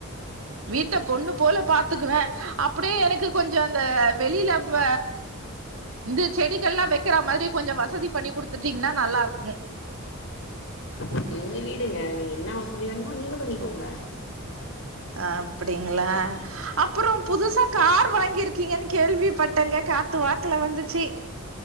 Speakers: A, on the right; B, on the left.
A: வீட்ட பொண்ணு போல பாத்துக்குவே அப்டே எனக்கு கொஞ்சம் அந்த வெளில இப்ப இந்த செடிகள்லாம் வெக்கிற மாதிரி கொஞ்சோ வ சதி பண்ணி குடுத்துட்டீங்கன்னா நல்லா இருக்கும்
B: இது உங்க வீடுங்க நீங்க என்ன வசதி வேணுமோ நீங்க பண்ணிக்கோங்க
A: அப்டிங்களா அப்றோ புதுசா கார் வாங்கிருக்கீங்கன்னு கேள்விப்பட்டேங்க காத்து வாக்குல வந்துச்சு